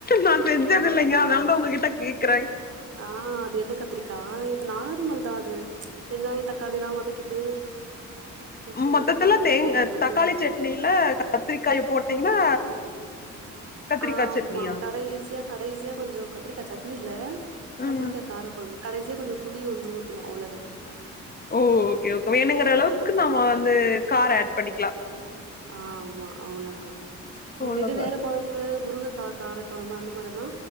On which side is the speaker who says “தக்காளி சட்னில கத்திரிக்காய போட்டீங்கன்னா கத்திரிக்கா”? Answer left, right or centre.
Left